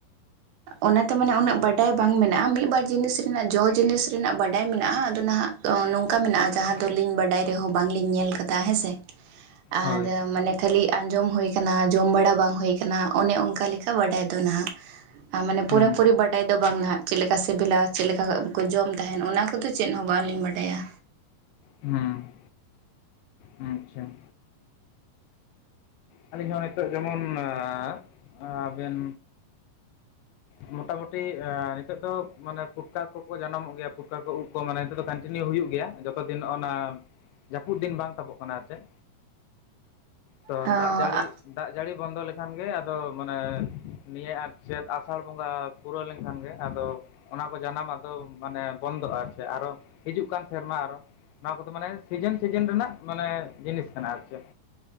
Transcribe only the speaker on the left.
ᱦᱳᱭ
ᱦᱩᱸ
ᱦᱩᱸ, ᱟᱪᱪᱷᱟ ᱾ ᱟᱞᱤᱧ ᱦᱚᱸ ᱱᱤᱛᱚᱜ ᱡᱮᱢᱚᱱ ᱟᱻ ᱟᱵᱮᱱ ᱢᱚᱴᱟ ᱢᱩᱴᱤ ᱮᱸ ᱱᱤᱛᱚᱜ ᱫᱚ ᱢᱟᱱᱮ ᱯᱩᱴᱠᱟ ᱠᱚᱠᱚ ᱡᱟᱱᱟᱢᱚᱜ ᱜᱮᱭᱟ ᱯᱩᱴᱠᱟ ᱠᱚ ᱩᱫ ᱠᱚ ᱢᱟᱱᱮ ᱱᱤᱛᱚᱜ ᱫᱚ ᱠᱟᱱᱴᱤᱱᱤᱭᱩ ᱦᱩᱭᱩᱜ ᱜᱮᱭᱟ ᱡᱚᱛᱚ ᱫᱤᱱ ᱚᱱᱟ ᱡᱟᱯᱩᱫ ᱫᱤᱱ ᱵᱟᱝ ᱛᱟᱵᱚᱜ ᱠᱟᱱᱟ ᱟᱨ ᱪᱮᱫ, ᱛᱚ
ᱫᱟᱜ ᱡᱟᱲᱤ ᱫᱟᱜ ᱡᱟᱲᱤ ᱵᱚᱱᱫᱚ ᱞᱮᱠᱷᱟᱱ ᱜᱮ ᱟᱫᱚ ᱢᱟᱱᱮ, ᱱᱤᱭᱟᱹ ᱟᱨ ᱪᱮᱫ ᱟᱥᱟᱲ ᱵᱚᱸᱜᱟ ᱯᱩᱨᱟᱹᱣ ᱞᱮᱝᱠᱷᱟᱱ ᱜᱮ ᱟᱫᱚ ᱚᱱᱟ ᱠᱚ ᱡᱟᱱᱟᱢ ᱟᱫᱚ ᱢᱟᱱᱮ ᱵᱚᱱᱫᱚᱜᱼᱟ ᱟᱨ ᱪᱮᱜ ᱟᱨᱚ, ᱦᱤᱡᱩᱜ ᱠᱟᱱ ᱥᱮᱨᱢᱟ ᱟᱨᱚ᱾ ᱱᱚᱣᱟ ᱠᱚᱫᱚ ᱢᱟᱱᱮ ᱥᱤᱡᱮᱱ ᱥᱤᱡᱤᱱ ᱨᱮᱱᱟᱜ ᱢᱟᱱᱮ ᱡᱤᱱᱤᱥ ᱠᱟᱱᱟ ᱟᱨ ᱪᱮᱫ᱾